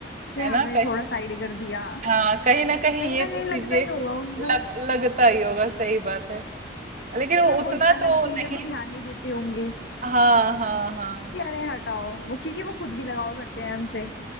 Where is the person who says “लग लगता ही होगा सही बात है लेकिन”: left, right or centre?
Right